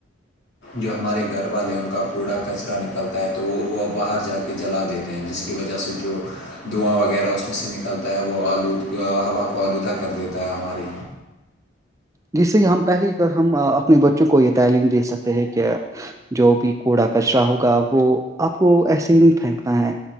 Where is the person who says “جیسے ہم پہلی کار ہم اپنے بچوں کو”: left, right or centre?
Right